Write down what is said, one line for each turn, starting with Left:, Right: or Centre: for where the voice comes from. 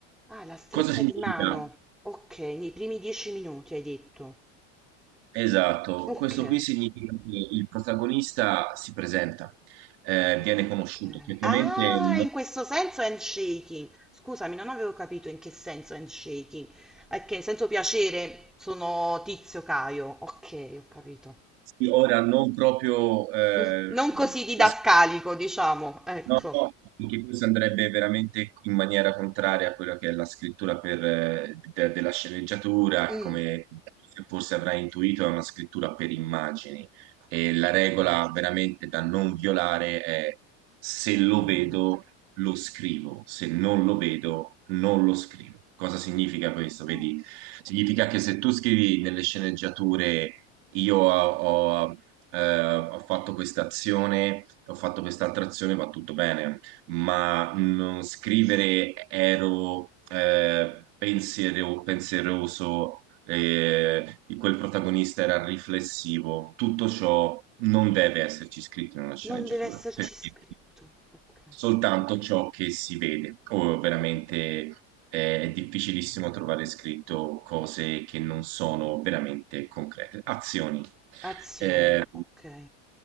Centre: Ah, la stretta
Right: Cosa significa?
Centre: di mano. Ok, nei primi dieci minuti hai detto.
Right: Esatto,
Centre: Ok.
Right: questo qui significa che il protagonista si presenta, eh,
Centre: Ah,
Right: viene conosciuto,
Centre: ok.
Right: chiaramente
Centre: Ah,
Right: no-
Centre: in questo senso handshaking. Scusami, non avevo capito in che senso handshaking. Ok, in senso piacere sono Tizio Caio. Ok, ho capito.
Right: sì, ora non proprio eh,
Centre: Mm, Non così didascalico,
Right: la
Centre: diciamo. Ecco.
Right: No, no, perché questo andrebbe veramente in maniera contraria a quello che è la scrittura per, eh, de- della sceneggiatura, che
Centre: Mm.
Right: come forse avrai intuito, è una scrittura per immagini. E la regola
Centre: Mm.
Right: veramente da non violare è se
Centre: Mm.
Right: lo vedo, lo scrivo, se non lo vedo, non lo scrivo. Cosa significa questo? Vedi,
Centre: Oh,
Right: significa che se tu scrivi nelle sceneggiature io ho, eh, ho fatto questa azione, ho fatto quest'altra azione, va tutto bene, ma non scrivere ero eh, pensiero- pensieroso eh, quel protagonista era riflessivo, tutto ciò non deve esserci scritto in una sceneggiatura,
Centre: Non deve esserci
Right: perché
Centre: scritto. Ok.
Right: soltanto ciò che si vede, o veramente eh, è difficilissimo trovare scritto cose che non sono veramente concrete, azioni.
Centre: Azione.
Right: Eh,
Centre: Ok.